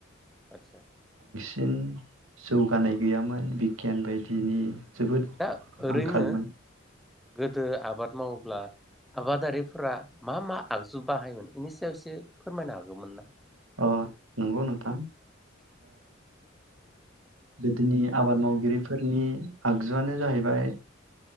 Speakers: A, in the centre; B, on the right.
A: आतसा
B: बांसिन जौगानाय गैयामोन बिगियान बायदिनि जोबोद
A: दा ओरैनो
B: आंखालमोन
A: गोदो आबाद माव ब्ला आबादारिफोरा मा मा आगजु बाहायोमोन? बेनि सायाव एसे फोरमायनो हागौमोन ना?
B: अ नंगौ नों थां गोदोनि आबाद मावगिरिफोरनि आगजुआनो जाहैबाय